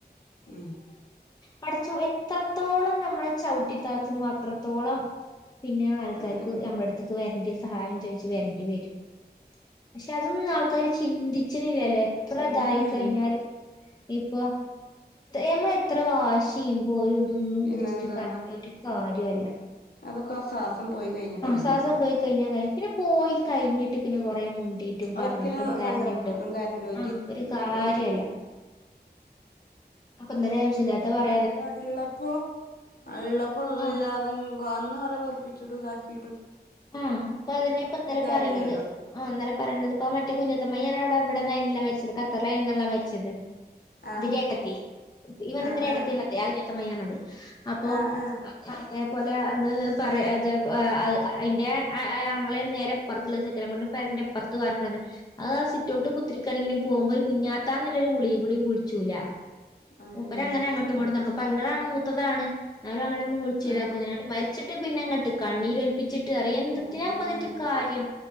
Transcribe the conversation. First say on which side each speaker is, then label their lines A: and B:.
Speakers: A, on the left (about 65°); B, on the left (about 25°).
A: ഉം
B: പഠിച്ചു എത്രത്തോളം നമ്മൾ ചവിട്ടിതാത്തുന്നു അത്രത്തോളം പിന്നെ ആൾക്കാർക്ക്
A: അതാണ്
B: ഞമ്മടടുത്ത് വരണ്ടി സഹായം ചോയ്ച്ചു വരേണ്ടി
A: ഉം
B: വരും പക്ഷെ അതൊന്നും ആൾക്കാര് ചിന്തിച്ചണില്ലല്ലേ എത്രതായി
A: ഉം
B: കഴിഞ്ഞാലും ഇപ്പൊ എന്ന എ എത്ര വാശി ചെയ്യും പോയി <unintelligible> തിന്നും
A: പിന്നെന്താ
B: കുടിച്ചിട്ട് കരഞ്ഞിട്ടുംഒരു കാര്യം <unintelligible> അല്ല
A: അതൊക്കെ ആ ശ്വാസം പോയി കയിഞ്ഞ കയിഞ്ഞു
B: ശ്വാസം പോയി കഴിഞ്ഞാ കഴിയും പിന്നെ പോയി കയിഞ്ഞിട്ട് പിന്നെ കൊറേ മു മിണ്ടിട്ടും പറഞ്ഞിട്ടും
A: ഒരിക്കലും
B: കരഞ്ഞിട്ടും
A: സങ്കടപ്പെട്ടിട്ടും കരഞ്ഞിട്ടും
B: ആ ഒരു കാര്യല്ല അപ്പൊ ഇന്നലെ ആവശ്യല്ലാത്ത പറ
A: മറ്റേത്ള്ളപ്പോ അയിള്പ്പോ
B: ആ
A: ഇല്ലാതെ അന്ന് കുറേ വെറുപ്പി പ്പിച്ചുടു ഇതാക്കി
B: ആഹ് അപ്പൊ അതന്നെ ഇപ്പ ഇന്നലെ
A: കാര്യല്ലല്ലോ
B: പറയണത് ആ ഇന്നലെ പറയണത് ഇപ്പ മറ്റേ <unintelligible> രാവടെ അവിടന്നരിന്നില്ല മരിച്ചത് കത്തറിലാരുന്നല്ലോ മരിച്ചത്
A: ആഹ്
B: ദിനയാട്ടത്തി ഈബദ്ധത്തിന്
A: ആഹ്
B: ഏട്ടത്തി
A: ആഹ്
B: എന്നല്ലേ അ ഉത്തമയണത് അപ്പൊ
A: ആഹ് ആഹ്
B: <unintelligible> അതേപോലെ അന്ന് പറ അതേ ആഹ് അയിന്റെ ആങ്ങളെ അന്നേരം അപ്പൊറത്തുള്ള സെക്കനെ കൊണ്ട് പെരന്റെറെപ്പുറത്ത് വാർക്കണത് അത് ആ സിറ്റോട്ടിൽ കുത്തിരിക്കാണെങ്കിലും പോകുമ്പോ ഒരു കുഞ്ഞാത്താന്നുള്ളൊരു വിളിയും കൂടിയും വിളിച്ചൂല
A: ഉം
B: മൂപ്പരാങ്ങനെ അങ്ങട്ടും ഇങ്ങട്ടും നടക്കും പെങ്ങളാണ് മൂത്തതാണ് അവര് അങ്ങനെ ഒന്ന് വിളിച്ച്താക്കൂല
A: ഉം
B: എന്നിട്ട് മരി ച്ചിട്ട് പിന്നെങ്ങട്ട് കണ്ണീര് ഒലി പ്പിച്ചി ട്ട് അറിയാ എന്തത്തിനാ
A: ഉം
B: പ്പതിൻ്റെ കാര്യം